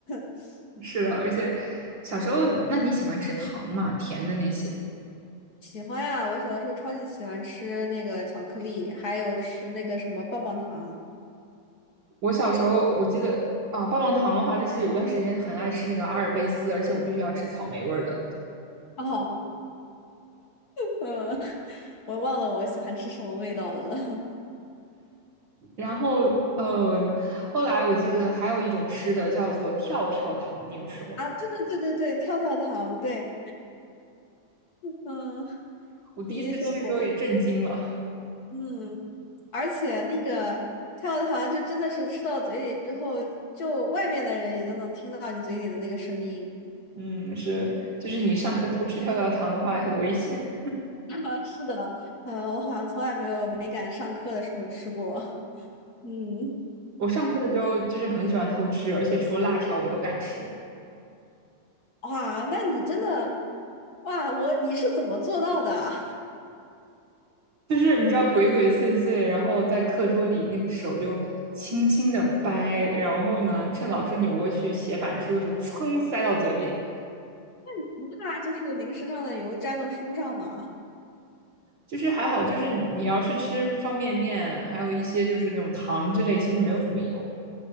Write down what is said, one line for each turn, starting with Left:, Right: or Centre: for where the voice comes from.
Left: <laughs>
Right: <laughs> 是的，而且小时候，那你喜欢吃糖吗？甜的那些？
Left: 喜欢呀，我小的时候超级喜欢吃那个巧克力，还有吃那个什么棒棒糖。
Right: 我小时候我记得啊，棒棒糖的话，就是有段时间很爱吃那个阿尔卑斯，而且我必须要吃草莓味儿的。
Left: 哦，嗯，<laughs> 我忘了我喜欢吃什么味道的了。<laughs>
Right: 然后呃，后来我记得还有一种吃的叫做跳跳糖，你有吃过吗？
Left: 啊，对对对对对，跳跳糖，对，嗯，
Right: 我第一次吃的时候也震惊了。
Left: 你一说我。嗯，而且那个跳跳糖就真的是吃到嘴里之后，就外面的人也都能听到你嘴里的那个声音。
Right: 嗯，是，就是你上课偷吃跳跳糖的话很危险。
Left: <laughs> 是的，嗯，我好像从来没有没敢上课的时候吃过。嗯，
Right: 我上课的时候就是很喜欢偷吃，而且除了辣条我都敢吃。
Left: 哇，那你真的，哇，我你是怎么做到的？
Right: 就是你知道鬼鬼祟祟，然后在课桌里那个手就轻轻的掰，然后呢，趁老师扭过去写板书的时候，噌塞到嘴里。
Left: <laughs> 不怕就是零食上的油沾到书上吗？
Right: 就是还好，就是你你要是吃方便面，还有一些就是那种糖之类，其实没有什么油。